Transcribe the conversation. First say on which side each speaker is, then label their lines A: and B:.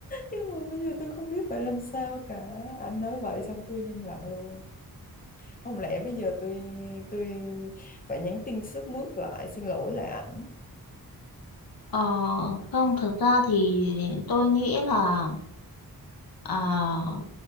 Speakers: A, on the left (about 25°); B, on the left (about 70°).
A: nhưng mà bây giờ tôi không biết phải làm sao cả anh nói vậy xong tôi im lặng luôn không lẽ bây giờ tôi tôi phải nhắn tin sướt mướt lại xin lỗi lại ảnh
B: Ờ, không, thực ra thì tôi nghĩ là à,